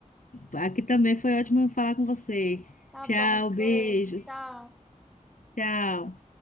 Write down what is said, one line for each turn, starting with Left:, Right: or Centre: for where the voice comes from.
Left: Aqui também foi ótimo falar com você.
Centre: Tá
Left: Tchau,
Centre: bom,
Left: beijos.
Centre: beijo, tchau.
Left: Tchau.